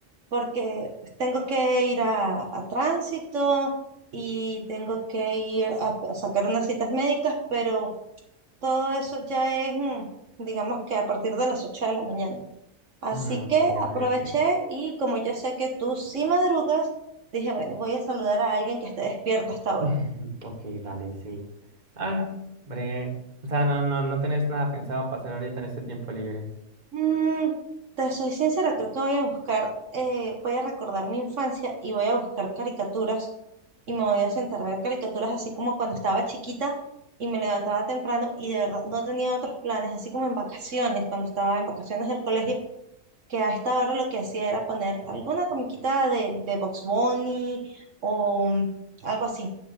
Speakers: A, on the right; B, on the right.
A: porque tengo que ir a, a tránsito y tengo que ir a, a sacar unas citas médicas, pero todo eso ya es, mm, digamos que a partir de las 8 de la mañana. Así
B: Mm, ok,
A: que
B: ok,
A: aproveché
B: ok.
A: y como yo sé que tú sí madrugas, dije, bueno, voy a saludar a alguien que esté despierto hasta ahora.
B: <laughs> Ok, dale, sí. Ah, hombre. O sea, no, no, no tenés nada pensado para hacer ahorita en este tiempo libre.
A: Mm, te soy sincera, creo que voy a buscar, eh, voy a recordar mi infancia y voy a buscar caricaturas y me voy a sentar a ver caricaturas así como cuando estaba chiquita y me levantaba temprano y de verdad no tenía otros planes, así como en vacaciones, cuando estaba en vacaciones del colegio, que a esta hora lo que hacía era poner alguna comiquita de, de Bugs Bunny o mm, algo así.